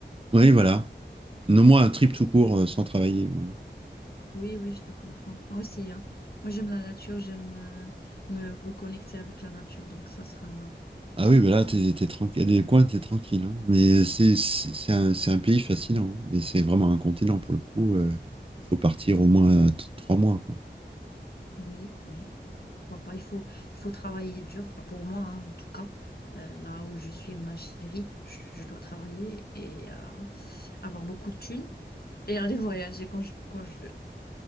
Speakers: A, on the right; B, on the left.
A: Oui, voilà. Nomme-moi un trip tout court euh, sans travailler. bon.
B: Oui, oui, je te comprends. Moi aussi, hein. Moi, j'aime la nature, j'aime euh, me reconnecter avec la nature, donc ça sera...
A: Ah oui, bah là, t'es, t'es tranquille. Des coins, t'es tranquille. hein. Mais c'est c'est- c'est un, c'est un pays fascinant. hein. Mais c'est vraiment un continent pour le coup. euh, il faut partir au moins euh, t- trois mois, quoi.
B: Oui, oui. Pourquoi pas? Il faut, il faut travailler dur, enfin, pour moi, hein, en tout cas. Euh, là où je suis en Algérie, je, je dois travailler et euh, avoir beaucoup de thunes et aller <laughs> voyager quand je, quand je veux.